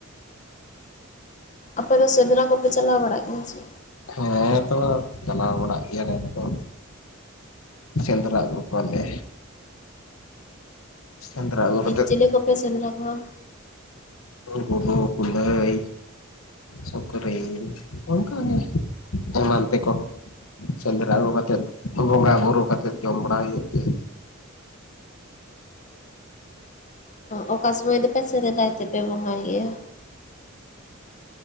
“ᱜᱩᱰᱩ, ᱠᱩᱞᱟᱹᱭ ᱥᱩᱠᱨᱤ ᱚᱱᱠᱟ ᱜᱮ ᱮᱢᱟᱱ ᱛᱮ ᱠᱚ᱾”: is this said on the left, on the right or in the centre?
Left